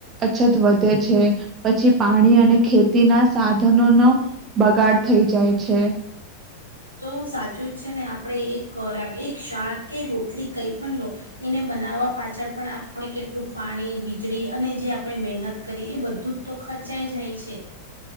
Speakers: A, on the right (about 30°); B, on the right (about 85°).
A: અછત વધે છે, પછી પાણી અને ખેતીના સાધનો નો બગાડ થઈ જાય છે.
B: તો સાચું જ છે, ને આપણે એક ખોરાક એક શાક કે રોટલી કઈ પણ લો એને બનાવવા પાછળ પણ આપને કેટલું પાણી વીજળી અને જે આપણે મહેનત કરી એ બધું જ તો ખર્ચ <unintelligible> જાય છે.